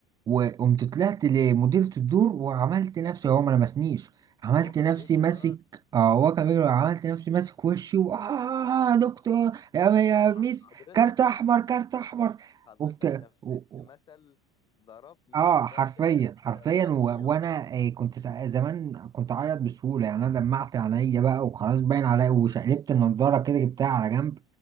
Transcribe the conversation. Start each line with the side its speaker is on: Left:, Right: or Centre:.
Right: وقمت
Left: مم.
Right: طلعت لمديرة الدور وعملت نفسي هو ما لمسنيش عملت
Left: وهو كان
Right: نفسي
Left: بيجري
Right: ماسك
Left: وراك
Right: اه هو كان بيجري عملت
Left: آه،
Right: نفسي ماسك وشي و آه دكتور يا م- يا
Left: ح- ح-
Right: ميس
Left: حضرتك
Right: كارت احمر كارت احمر
Left: حضرتك
Right: وبت...
Left: نفذت
Right: و... و-
Left: مثل ضربني
Right: اه
Left: وبكى
Right: حرفيا حرفيا
Left: سبقني
Right: و...
Left: <laughs> واشتكى
Right: وانا آه، كنت سا- زمان كنت اعيط بسهولة يعني انا دمعت عينيا بقى وخلاص باين عليا وشقلبت النضارة كده جبتها على جنب